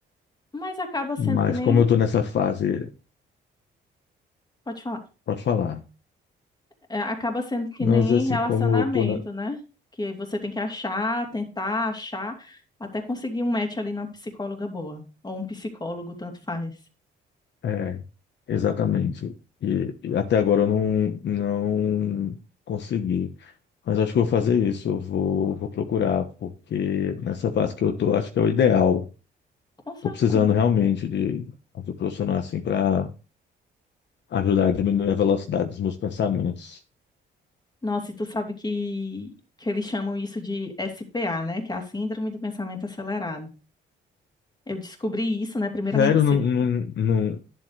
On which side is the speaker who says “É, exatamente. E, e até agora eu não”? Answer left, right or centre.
Left